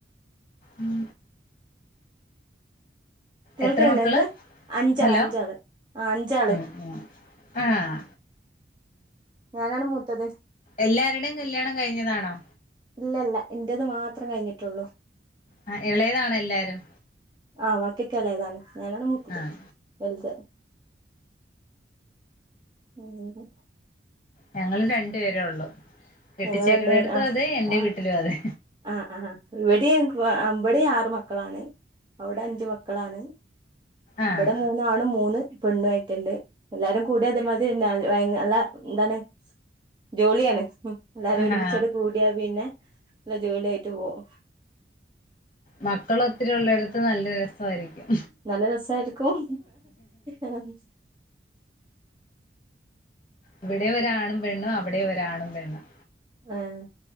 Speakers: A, on the left; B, on the right.
A: ഉം
B: കേൾക്കണില്ലേ
A: എത്ര മക്കള്
B: ഇങ്ങക്ക് അഞ്ചാള്
A: ഹലോ
B: അഞ്ചാള് ആഹ് അഞ്ചാള്
A: ഉം ഉം ആഹ്
B: ഞാനാണ് മൂത്തത്
A: എല്ലാരുടെയും കല്യാണം കഴിഞ്ഞതാണോ?
B: ഇല്ല ഇല്ല ഇന്റെത് മാത്രം കഴിഞ്ഞിട്ടുള്ളൂ
A: ആഹ് ഇളയതാണോ എല്ലാരും
B: ആഹ് വാക്കി ഒക്കെ എളേതാണ് ഞാനാണ് മുത്തത്
A: ആഹ്
B: വലുത് <unintelligible>
A: ഞങ്ങള് രണ്ട് പേരേ ഒള്ളൂ കെട്ടിച്ചേക്കണടത്തും
B: ഞങ്ങള് രണ്ടുപേര് ആ
A: അതെ എന്റെ
B: ആ
A: വീട്ടിലും അതെ
B: ആഹ് ആഹ് ഇവിടെ ഇവിടേം ആറ് മക്കളാണ് അവിടെ അഞ്ചു മക്കളാണ്
A: ആഹ്
B: ഇവിടെ മൂന്നാണും മൂന്ന് പെണ്ണു ആയിറ്റ്ണ്ട് എല്ലാരും കൂടിയാ ഇതുമാതിരി തന്നാ അള്ളാ എന്താണ് ജോളിയാണ് എല്ലാരും
A: ആഹാ
B: ഒരുമിച്ചാട് കൂടിയാ പിന്നെ നല്ല ജോളി ആയിറ്റ് പോവും
A: മക്കള് ഒത്തിരി ഒള്ളേടത്ത് നല്ല രസ് വായിരിക്കും
B: നല്ല രസം ആരിക്കും ഉം
A: ഇവിടെ ഒരാണും പെണ്ണും അവിടേം ഒരാണും പെണ്ണും
B: ഏഹ്